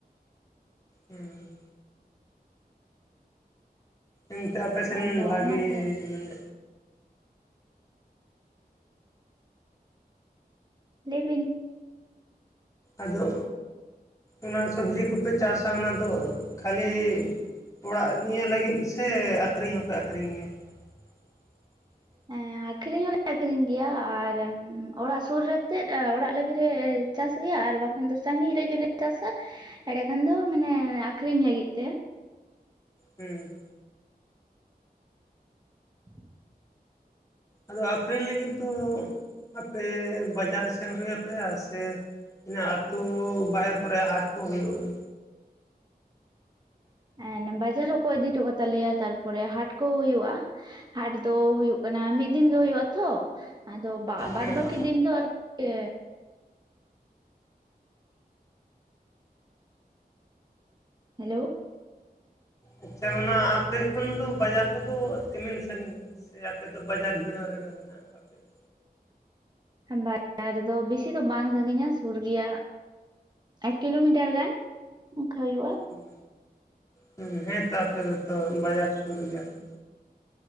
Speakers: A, on the left; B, on the right.
A: ᱦᱩᱸ ᱮᱱᱛᱮ ᱟᱯᱮ ᱥᱮᱱ
B: ᱟᱫᱚ
A: ᱵᱷᱟᱜᱤ
B: ᱚᱱᱟᱛᱮ
A: ᱢᱮᱱᱮᱫ
B: ᱞᱟᱹᱭ ᱵᱤᱱ
A: ᱟᱫᱚ ᱚᱱᱟ ᱥᱚᱵᱡᱤ ᱠᱚᱯᱮ ᱪᱟᱥᱟ ᱚᱱᱟ ᱫᱚ ᱠᱷᱟᱹᱞᱤ ᱚᱲᱟᱜ ᱱᱤᱭᱟᱹ ᱞᱟᱹᱜᱤᱫ ᱥᱮ ᱟᱹᱠᱷᱨᱤᱧ ᱦᱚᱸᱯᱮ ᱟᱹᱠᱷᱨᱤᱧ ᱜᱮᱭᱟ <inaudible>
B: ᱮᱸ ᱟᱠᱷᱨᱤᱧ ᱦᱚᱞᱮ ᱟᱠᱷᱨᱤᱧ ᱜᱮᱭᱟ ᱟᱨ ᱚᱲᱟᱜ ᱥᱩᱨ ᱨᱮ ᱛᱮᱫ ᱚᱲᱟᱜ ᱞᱟᱹᱜᱤᱫ ᱨᱮ ᱪᱟᱥ ᱜᱮᱭᱟ ᱟᱨ ᱵᱟᱠᱷᱟᱱ ᱫᱚ ᱥᱟᱺᱜᱤᱧ ᱨᱮ ᱡᱩᱫᱤ ᱞᱮ ᱪᱟᱥᱟ ᱮᱸᱰᱮ ᱠᱷᱟᱱ ᱫᱚ ᱢᱟᱱᱮ ᱟᱠᱷᱨᱤᱧ ᱞᱟᱹᱜᱤᱫ ᱛᱮ
A: ᱦᱩᱸ
B: <inaudible>
A: ᱟᱫᱚ ᱟᱠᱷᱨᱤᱧ ᱞᱟᱹᱜᱤᱫ ᱫᱚ ᱟᱯᱮ ᱵᱟᱡᱟᱨ ᱥᱮᱱ ᱦᱩᱭ ᱟᱯᱮᱭᱟ ᱥᱮ ᱚᱱᱟ ᱟᱹᱛᱩ ᱵᱟᱦᱮᱨ ᱠᱚᱨᱮ ᱦᱟᱴ ᱠᱚ ᱦᱩᱭᱩᱜᱼᱟ
B: ᱮᱸᱱ ᱵᱟᱡᱟᱨ ᱦᱚᱸᱠᱚ ᱤᱫᱤ ᱦᱚᱴᱚ ᱠᱟᱛᱟᱞᱮᱭᱟ ᱛᱟᱨ ᱯᱚᱨᱮ ᱦᱟᱴ ᱠᱚ ᱦᱩᱭᱩᱜᱼᱟ ᱦᱟᱴ ᱫᱚ ᱦᱩᱭᱩᱜ ᱠᱟᱱᱟ ᱢᱤᱫ ᱫᱤᱱ ᱜᱮ ᱦᱩᱭᱩᱜ-ᱟ ᱛᱚ ᱟᱫᱚ ᱵᱟ ᱵᱟᱫᱽ
A: ᱦᱮᱸ
B: ᱵᱟᱹᱠᱤ ᱫᱤᱱ ᱫᱚ ᱟᱨ ᱯᱮ ᱦᱮᱞᱳ
A: ᱟᱪᱪᱷᱟ ᱚᱱᱟ ᱟᱯᱮ ᱠᱷᱚᱱ ᱫᱚ ᱵᱟᱡᱟᱨ ᱠᱚ ᱫᱚ ᱛᱤᱢᱤᱱ ᱥᱟᱺᱜᱤᱧᱟ ᱥᱮ ᱟᱯᱮ ᱫᱚ ᱵᱟᱡᱟᱨ ᱵᱷᱤᱲᱟᱹᱣ ᱨᱮ ᱜᱮ ᱢᱮᱱᱟᱜ ᱟᱠᱟᱫ ᱯᱮᱭᱟ
B: ᱵᱟᱡᱟᱨ ᱫᱚ ᱵᱮᱥᱤ ᱫᱚ ᱵᱟᱝ ᱥᱟᱺᱜᱤᱧᱟ ᱥᱩᱨ ᱜᱮᱭᱟ ᱮᱠ ᱠᱤᱞᱳᱢᱤᱴᱟᱨ ᱜᱟᱱ ᱚᱱᱠᱟ ᱦᱩᱭᱩᱜᱼᱟ
A: ᱦᱩᱸ ᱦᱩᱸ ᱦᱮᱸᱛᱚ ᱟᱯᱮ ᱫᱚ ᱛᱚ ᱵᱟᱡᱟᱨ ᱥᱩᱨ ᱜᱮᱭᱟ ᱯᱮ